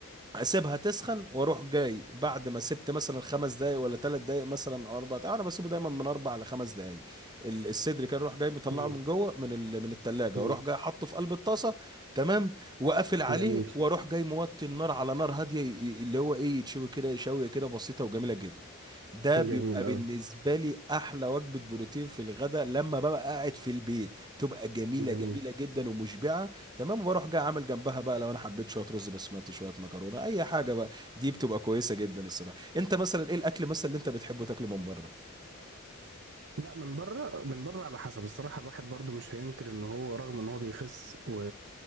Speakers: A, on the right (about 20°); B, on the right (about 55°).
A: اسيبها تسخن واروح جاي بعد ما سبت مثلا خمس دقايق ولا ثلاث دقايق مثلا او اربع دقايق انا بسيبه دايما من اربع لخمس دقايق ال- الصدر كان اروح جاي مطلعه
B: مم.
A: من جوه من ال... من الثلاجه
B: مم.
A: واروح جاي حاطه في قلب الطاسه تمام وقافل عليه
B: جميل
A: واروح جاي موطي النار على نار هاديه ي- ي- اللي هو ايه يتشوي كده شويه كده بسيطه وجميله جدا ده بيبقى
B: جميل
A: بالنسبه
B: أوي
A: لي احلى وجبه بروتين في الغداء لما ببقى قاعد في البيت بتبقى جميله
B: جميل
A: جميله جدا ومشبعه تمام وبروح جاي عامل جنبها بقى لو انا حبيت شويه رز بسمتي شويه مكرونه اي حاجه بقى دي بتبقى كويسه جدا الصراحه انت مثلا ايه الاكل مثلا اللي انت بتحبه تاكله من بره
B: لا من بره من بره على حسب الصراحه الواحد برضو مش هينكر ان هو رغم ان هو بيخس و...